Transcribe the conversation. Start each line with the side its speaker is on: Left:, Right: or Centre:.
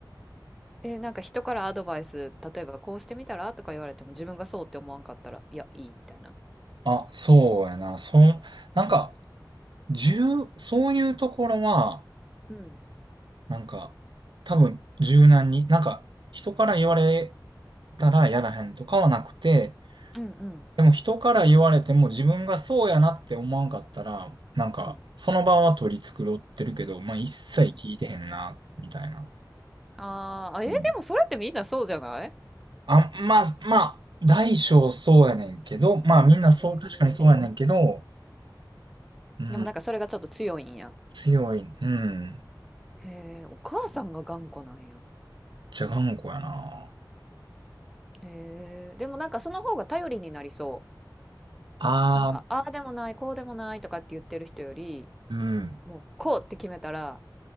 Centre: え、なんか人からアドバイス、例えばこうしてみたらとか言われても自分がそうって思わんかったら、いや、いいみたいな。
Right: あ、そうやな。その、なんか、重、そういうところは、
Centre: うん。
Right: なんか、多分柔軟に、なんか、人から言われたらやらへんとかはなくて、
Centre: うんうん
Right: でも人から言われても自分がそうやなって思わんかったら、なんか、
Centre: うん
Right: その場は取り繕ってるけど、まあ一切聞いてへんな、
Centre: うん。
Right: みたいな。
Centre: あーあ、え、
Right: うん。
Centre: でもそれってみんなそうじゃない
Right: あ、まあ、まあ、大小そうやねんけど、まあみんなそう、
Centre: へえ。
Right: 確かにそうやねんけど、
Centre: へえ。
Right: うん、
Centre: でもなんかそれがちょっと強いんや。
Right: 強い、うん、
Centre: へえ、お母さんが頑固なんや。
Right: じゃがんこやな。
Centre: へえ、でもなんかその方が頼りになりそう。
Right: ああ、
Centre: なんか、ああでもない、こうでもないとかって言ってる人より、
Right: うん、
Centre: もうこうって決めたら、